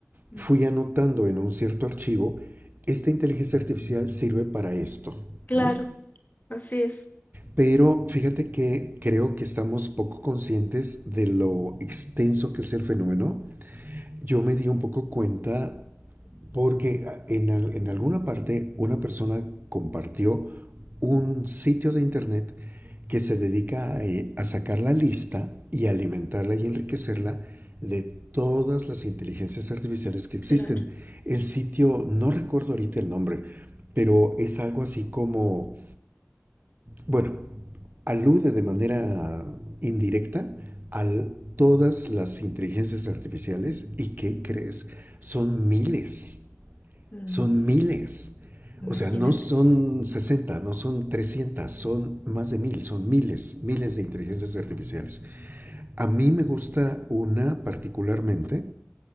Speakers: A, on the left; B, on the right.
A: Mm.
B: fui anotando en un cierto archivo, esta inteligencia artificial sirve para esto,
A: Claro,
B: ¿no?
A: así es,
B: Pero fíjate que creo que estamos poco conscientes de lo extenso que es el fenómeno. Yo me di un poco cuenta porque ah, en, al- en alguna parte una persona compartió un sitio de internet que se dedica a, eh, a sacar la lista y alimentarla y enriquecerla de todas las inteligencias artificiales que existen.
A: claro.
B: El sitio, no recuerdo ahorita el nombre, pero es algo así como bueno, alude de manera indirecta a todas las inteligencias artificiales y ¿qué crees? Son miles,
A: Mm,
B: son miles.
A: imagínate,
B: O sea, no son 60, no son 300, son más de mil, son miles, miles de inteligencias artificiales. A mí me gusta una particularmente,